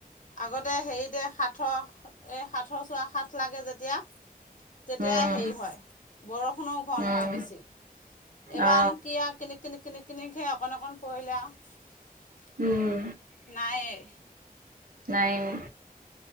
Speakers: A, on the left (about 60°); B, on the right (about 65°).
A: আগতে হেৰিতে সাঠৰ এই সাঠৰ চোৱা সাঠ লাগে যেতিয়া। তেতিয়া
B: উম
A: হেৰি হয় বৰষুণৰো ঘন
B: উম
A: হয় বেছি। এবাৰনো
B: অ
A: কি আৰু কিনি কিনিক কিনিক কিন কিনকে অকণ অকণ পৰিলে আৰু
B: উম
A: নাইয়ে।
B: নাইয়ে।